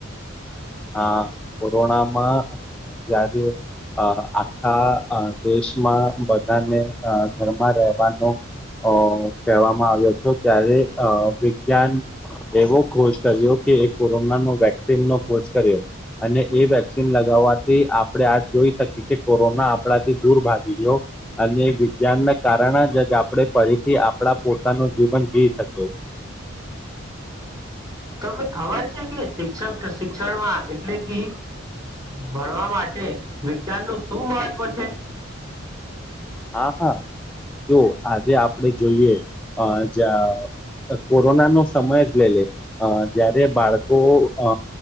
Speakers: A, in the centre; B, on the right.
A: હા કોરોનામાં જયારે અ આખા દેશમાં બધાને ઘરમાં રહેવાનું અ કહેવામાં આવ્યો હતો ત્યારે અ વિજ્ઞાન એવો ખોષ કર્યો કે કોરોના નો વેક્સિન નો ખોજ કર્યો અને એ વેક્સિન લગાવવાથી આપડણે આ જોઈ શકીએ કે કોરોના આપણાથી દૂર ભાગી ગ્યો અને વિજ્ઞાનના કારણે જ જ આપણે ફરીથી આપણા પોતાનું જીવન જી શકીએ
B: હમ તમે ખબર છે કે શિક્ષક શિક્ષણમાં એટલે કે ભણવા માટે એ વિજ્ઞાન નું શું મહત્વ છે
A: હા હા જો આજે આપણે જોઈએ અ જ કોરોના નો સમય જ લઈ લે જયારે બાળકો અ